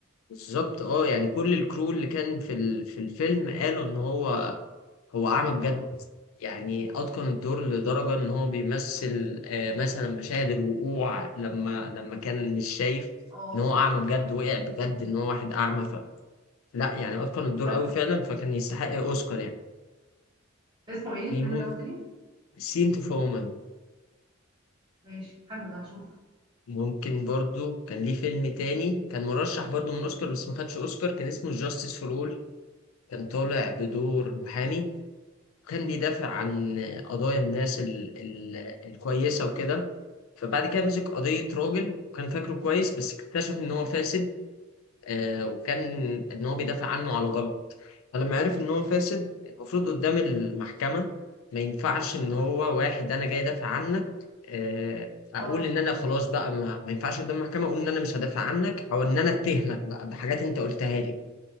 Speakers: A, on the left; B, on the right.
A: بالظبط اه يعني كل الكرو اللي كان في ال- في الفيلم قالوا ان هو هو اعمى بجد يعني اتقن الدور لدرجه ان هو بيمثل آه، مثلا مشاهد الوقوع لما لما كان مش شايف
B: اه
A: ان هو اعمى بجد وقع بجد ان هو واحد اعمى لا يعني اتقن الدور
B: حلو
A: قوي فعلا فكان يستحق اوسكار يعني
B: اسمه ايه
A: في
B: الفيلم
A: مم...
B: ده قلت لي
A: سين تو وومن
B: ماشي حلو ده هشوف
A: ممكن برضو كان ليه فيلم تاني كان مرشح برضو من اوسكار بس ما خدش اوسكار كان اسمه جاستس فور اول كان طالع بدور محامي وكان بيدافع عن قضايا الناس ال... ال... الكويسة وكده فبعد كده مسك قضية راجل وكان فاكره كويس بس اكتشف ان هو فاسد آه وكان ان هو بيدافع عنه على غلط فلما عرف ان هو فاسد المفروض قدام المحكمة ما ينفعش ان هو واحد انا جاي ادافع عنك آه، اقول
B: اه
A: ان انا خلاص بقى ما, ما ينفعش قدام المحكمة اقول ان انا مش هدافع عنك او ان انا اتهمك بقى بحاجات انت قلتها لي